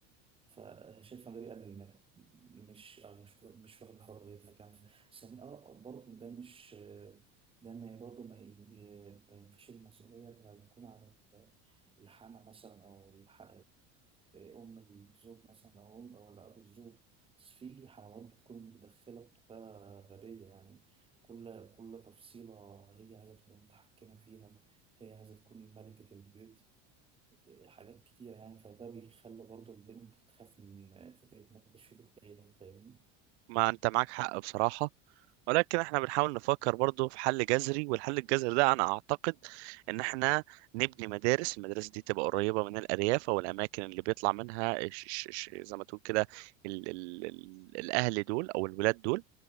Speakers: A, on the right; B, on the right.
A: فشايف فان داير يقلل منها مش أو مش مش واخد حريتها كمان ثانيا اه آه، برضه ده مش ده ما برضه ما ي- ما ينفيش المسؤولية لو تكون على الحامة مثلا أو الح... أم الزوج مثلا أو أم أو أبو الزوج بس في حموات بتكون متدخلة بطريقة غبية يعني كل كل تفصيلة هي عايزة تكون متحكمة فيها هي عايزة تكون ملكة البيت حاجات كتير يعني فده بيخلي برضه البنت تخاف من فكرة إنها تعيش في بيت عيلة فاهمني؟
B: ما انت معاك حق بصراحة ولكن احنا بنحاول نفكر برضو في حل جذري والحل الجذري ده انا اعتقد ان احنا نبني مدارس المدارس دي تبقى قريبة من الارياف او الاماكن اللي بيطلع منها ش ش ش زي ما تقول كده ال ال ال الاهل دول او الولاد دول